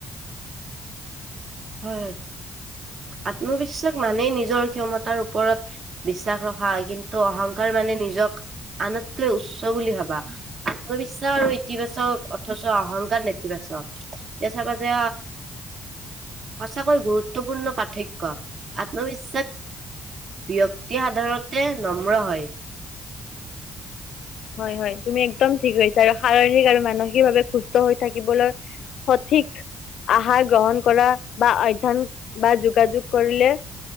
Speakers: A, on the right; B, on the left.
A: হয়-হয় আত্মবিশ্বাস মানেই নিজৰ ক্ষমতাৰ ওপৰত বিশ্বাস ৰখা হয়। কিন্তু অহংকাৰ মানে নিজক আনতকৈ উচ্চ বুলি ভাবা। আত্মবিশ্বাস আৰু ইতিবাচক অথচ অহংকাৰ নেতিবাচক এতিয়া চাবা যে। সঁচাকৈ গুৰুত্বপূৰ্ণ পাৰ্থক্য, আত্মবিশ্বাস ব্যক্তি সাধাৰণতে নম্ৰ হয়।
B: হয়-হয় তুমি একদম ঠিক কৈছা। আৰু শাৰীৰিক আৰু মানসিকভাৱে সুস্থ হৈ থাকিবলৈ সঠিক আহাৰ গ্ৰহণ কৰা বা অধ্যায় বা যোগাযোগ কৰিলে